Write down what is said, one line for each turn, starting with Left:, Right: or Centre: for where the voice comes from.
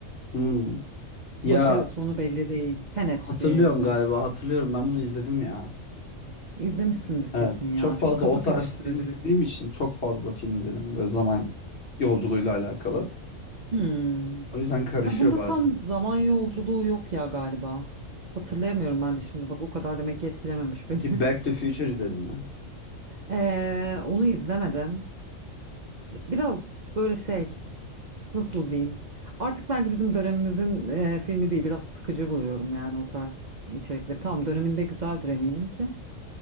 Left: Hmm. Ya
Right: Başı sonu belli değil. Tenet
Left: hatırlıyorum
Right: diye yazılıyor.
Left: galiba hatırlıyorum ben bunu izledim ya.
Right: İzlemişsindir
Left: Evet,
Right: kesin ya.
Left: çok fazla
Right: Çok kafa
Left: o tarz
Right: karıştırıcı
Left: film izlediğim
Right: bir film.
Left: için çok fazla film izledim. Böyle zaman yolculuğuyla alakalı.
Right: Hmm.
Left: O yüzden karışıyor
Right: Ya bunda
Left: bazen.
Right: tam zaman yolculuğu yok ya galiba. Hatırlayamıyorum ben de şimdi. Bak o kadar demek ki etkilememiş
Left: Peki
Right: beni. <laughs>
Left: Back to Future izledin mi?
Right: Ee, onu izlemedim. Biraz böyle şey. Nasıl diyeyim? Artık bence bizim dönemimizin e, filmi değil biraz sıkıcı buluyorum yani o tarz içerikleri. Tamam döneminde güzeldir eminim ki.